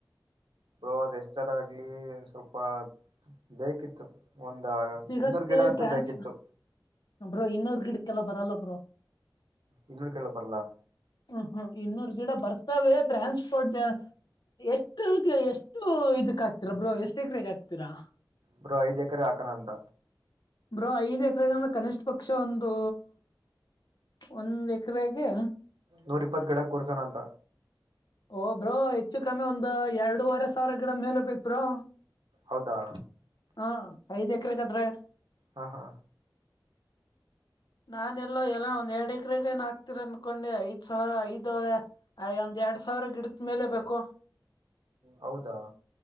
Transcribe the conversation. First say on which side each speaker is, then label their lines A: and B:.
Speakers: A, on the right; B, on the left.
A: ಬೋ ಅದ ಎಷ್ಟರ ಆಗ್ಲಿ ಸ್ವಲ್ಪ ಬೇಕಿತ್ತು. ಒಂದ
B: ಸಿಗತ್ತೆ
A: ಇನ್ನೂರು ಗಿಡ ಅಂತೂ
B: ಟ್ರಾನ್ಸ್
A: ಬೇಕಿತ್ತು.
B: ಬ್ರೋ ಇನ್ನೂರ್ ಗಿಡಕ್ಕೆಲ್ಲ ಬರಲ್ಲ ಬ್ರೋ.
A: ಇನ್ನೂರು ಕೇಳ ಬರ್ಲ್ಲಾ.
B: ಹ್ಮ್ ಹ್ಮ್ ಇನ್ನೂರ್ ಗಿಡ ಬರ್ತವೆ ಟ್ರಾನ್ಸ್ಪೋರ್ಟ್ ಎಷ್ಟು ಎಷ್ಟು ಇದಕ್ ಆಕ್ತೀರ ಬ್ರೋ ಎಷ್ಟು ಎಕರೆಗೆ ಹಾಕ್ತೀರಾ.
A: ಬ್ರೋ ಐದ್ ಎಕರೆ ಹಾಕಣ ಅಂತ.
B: ಬ್ರೋ ಐದ್ ಎಕರೆಗೆ ಅಂದ್ರೆ ಕನಿಷ್ ಪಕ್ಷ ಒಂದು ಒಂದ್ ಎಕರೆಗೆ
A: ನೂರ್ ಇಪ್ಪತ್ ಕಡೆ ಕೂರ್ಸನ ಅಂತ.
B: ಓ ಬ್ರೋ ಹೆಚ್ಚು ಕಮ್ಮಿ ಒಂದ್ ಎರಡೂವರೆ ಸಾವಿರ ಗಿಡ ಮೇಲೆ ಬೇಕ ಬ್ರೋ.
A: ಹೌದಾ.
B: ಹಾ ಐದ್ ಎಕ್ರೆಗಂದ್ರೆ
A: ಹಾ ಹಾ
B: ನಾನ ಎಲ್ಲೋ ಎಲ್ ಒಂದ್ ಎರಡ್ ಎಕರೆಗೆನ್ ಹಾಕ್ತಿರ ಅನ್ಕೊಂಡೆ ಐದ್ ಸಾವಿರ ಐದು ವರೆ ಅಯ ಒಂದ್ ಎರಡ್ ಸಾವ್ರ ಗಿಡದ ಮೇಲೆ ಬೇಕು.
A: ಹೌದಾ